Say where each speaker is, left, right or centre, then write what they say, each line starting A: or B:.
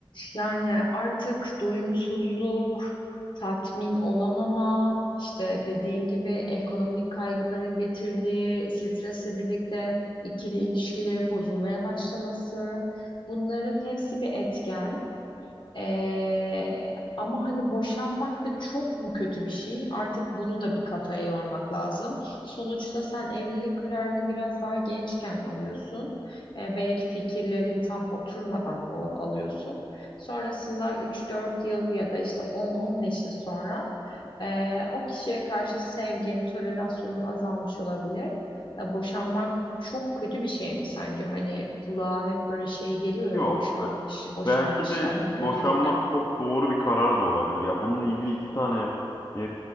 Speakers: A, on the left; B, on the left.
A: yani artık doyumsuzluk, tatmin olamama, işte dediğin gibi ekonomik kaygıların getirdiği stresle birlikte ikili ilişkilerin bozulmaya başlaması bunların hepsi bir etken. Ee, ama hani boşanmak da çok mu kötü bir şey? Artık bunu da bir kafaya yormak lazım. Sonuçta sen evlilik kararını biraz daha gençken alıyorsun. Ee, belki fikirlerin tam oturmadan o, alıyorsun. Sonrasında üç dört yıl ya da işte on on beş yıl sonra e, o kişiye karşı sevgin, tolerasyonun azalmış olabilir. Ya boşanmak çok kötü bir şey mi sence? Hani kulağa hep böyle şey geliyor ya
B: Yok
A: boşanmış,
B: be-
A: boşanmışlar
B: belki de
A: hani kötü
B: boşanmak
A: gibi.
B: çok doğru bir karar da olabilir. Ya bununla ilgili iki tane e,